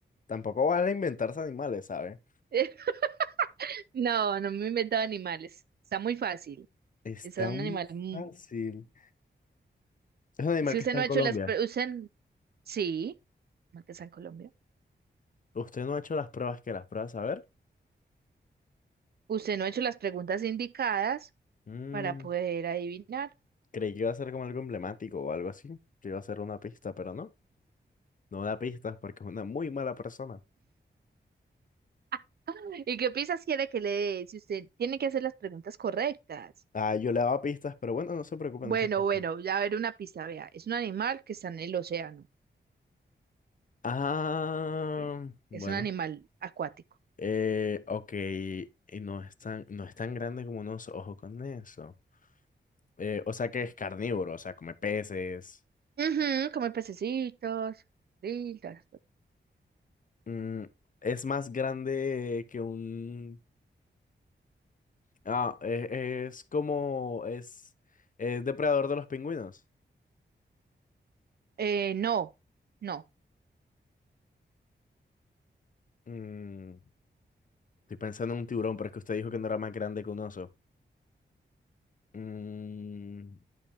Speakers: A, on the left; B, on the right.
A: Tampoco vale inventarse animales, ¿sabe?
B: <laughs> No, no me he inventado animales. Está muy fácil.
A: Está
B: Es un
A: muy
B: animal. mu-
A: fácil. Es un animal
B: Si
A: que
B: usted
A: está
B: no
A: en
B: ha
A: Colombia.
B: hecho las... pre- Usted... Sí, mal que está en Colombia.
A: Usted no ha hecho las pruebas que las pruebas, a ver.
B: Usted no ha hecho las preguntas indicadas
A: Mm,
B: para poder adivinar.
A: Creí que iba a ser como algo emblemático o algo así, que iba a ser una pista, pero no, no da pistas porque es una muy mala persona.
B: <laughs> ¿Y qué piensas quiere que le dé? Si usted tiene que hacer las preguntas correctas.
A: Ah, yo le daba pistas, pero bueno, no se preocupen
B: Bueno,
A: no se preocupen
B: bueno, ya a ver una pista, vea. Es un animal que está en el océano.
A: Ah,
B: que
A: bueno,
B: Es un animal acuático.
A: eh, ok, y no es tan, no es tan grande como unos ojos con eso. Eh, o sea que es carnívoro, o sea, come peces.
B: Ujú, come pececitos. sí, todas las cosas.
A: Mm, es más grande que un... Ah, eh, es como... Es, es depredador de los pingüinos.
B: Eh, no, no.
A: Mm. Estoy pensando en un tiburón, pero es que usted dijo que no era más grande que un oso. Mm,